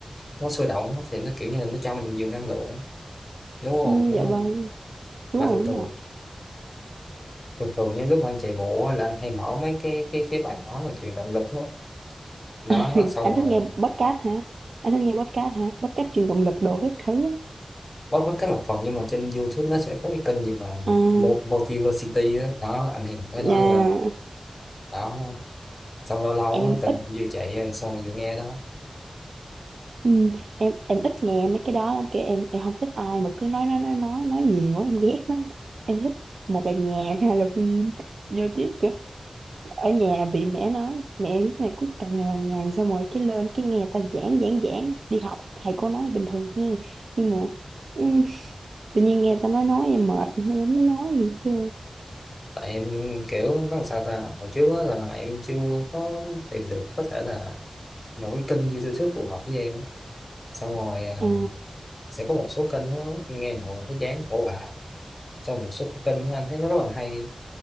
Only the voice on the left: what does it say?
nó sôi động á, thì nó kiểu như là nó cho mình nhiều năng lượng đúng không
đúng
không
mà
thường thường
thường thường những lúc mà anh chạy bộ á, là anh hay mở mấy cái cái cái bài nói về truyền động lực đó, đó
xong
rồi
bót bót cái một phần nhưng mà trên YouTube nó sẽ có cái kênh gì mà
Mo- Motivacity đó, đó anh hay mở cái đó
lên đó xong lâu lâu
á, từng
vừa chạy xong vừa nghe đó
tại em kiểu nó làm sao ta hồi trước á là em chưa có tìm được có thể là một cái kênh YouTube phù hợp với em á. xong rồi à,
sẽ có một số kênh nó nghe hồi thấy chán bỏ hoài xong một số cái kênh của anh thấy nó rất là hay